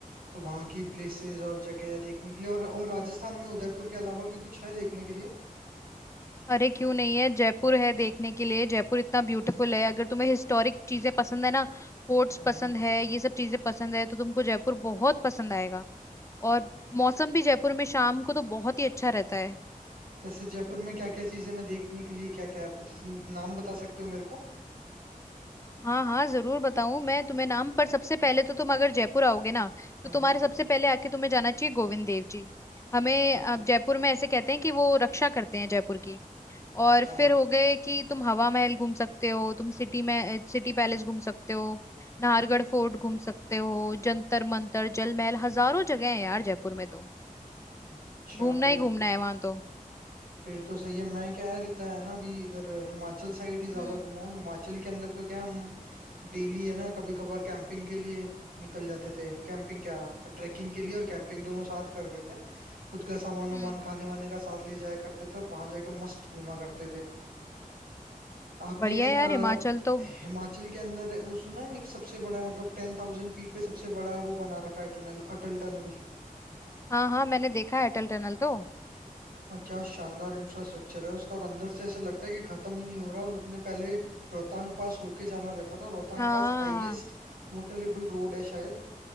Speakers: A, on the right; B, on the left.
A: तो वहाँ की प्लेसेस और जगह है देखने के लिए और और राजस्थान में उदयपुर के अलावा भी कुछ है देखने के लिए
B: अरे क्यों नहीं है जयपुर है देखने के लिए जयपुर इतना ब्यूटीफुल है अगर तुम्हें हिस्टोरिक चीजें पसंद है ना फोर्ट्स
A: हाँ
B: पसंद है ये सब चीजें पसंद है तो तुमको जयपुर बहुत पसंद आएगा और मौसम भी जयपुर में शाम को तो बहुत ही अच्छा रहता है
A: जैसे जयपुर में क्या क्या चीजें मैं देखने के लिए क्या क्या है आप कुछ ऐसे नाम बता सकते हो मेरे को
B: हाँ हाँ जरूर बताऊं मैं तुम्हें नाम पर सबसे पहले तो तुम अगर जयपुर आओगे ना
A: हम्म
B: तो तुम्हारे सबसे पहले आके तुम्हें जाना चाहिए गोविंद देव जी हमें
A: ठीक
B: अ,
A: है
B: जयपुर में ऐसे कहते हैं कि वो रक्षा करते हैं जयपुर की
A: अच्छा
B: और फिर हो गए कि
A: हाँ,
B: तुम हवा महल घूम सकते हो तुम सिटी में सिटी पैलेस घूम सकते हो नाहरगढ़ फोर्ट घूम सकते हो जंतर मंतर जल महल हजारों जगह है यार जयपुर में तो
A: अच्छा
B: घूमना
A: फिर
B: ही घूमना है वहां तो
A: फिर तो सही है मैं क्या यार इतना है ना अभी इधर हिमाचल साइड ही ज्यादा
B: हम्म
A: घुमा हूँ हिमाचल के अंदर तो क्या हम डेली है ना कभी कभार कैंपिंग के लिए निकल जाते थे कैंपिंग क्या ट्रैकिंग के लिए और कैंपिंग दोनों साथ करते थे खुद का सामान वामान
B: हम्म
A: खाने वाने का साथ ले जाया करते थे और वहां जाके मस्त घूमा करते थे आपने
B: बढ़िया
A: अ,
B: है यार हिमाचल तो
A: हिमाचल के अंदर वो सुना है एक सबसे बड़ा मतलब टेन थाउजेंड फीट पे सबसे बड़ा वो बना रखा है टनल अटल टनल
B: हाँ हाँ मैंने देखा है अटल टनल तो
A: और क्या शानदार इंफ्रास्ट्रक्चर है उसका और अंदर से ऐसे लगता है कि खत्म ही नहीं हो रहा और उसने पहले रोहतांग पास होके जाना रहता था Rohtang
B: हाँ
A: pass highest motorable road है शायद